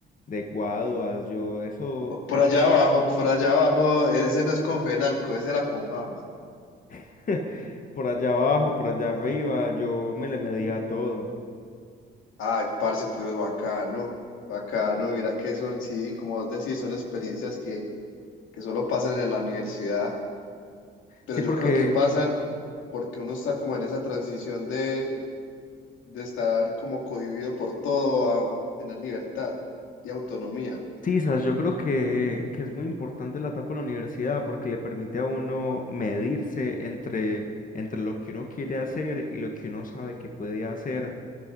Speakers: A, on the left; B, on the left.
A: de guaduas, yo, eso,
B: Por
A: eso,
B: allá abajo, por allá abajo, ese no es con Fenalco, ese era con fama.
A: <laughs> por allá abajo, por allá arriba, yo me le medía a todo.
B: Ay, parce, pero bacano, bacano, mira que son, sí, como vos decís, son experiencias que, que solo pasan en la universidad, pero
A: Sí,
B: yo
A: porque
B: creo que pasan porque uno está como en esa transición de, de estar como cohibido por todo a tener libertad y autonomía.
A: Sí, Sas, yo creo que, que es muy importante la etapa de la universidad porque le permite a uno medirse entre, entre lo que uno quiere hacer y lo que uno sabe que puede hacer.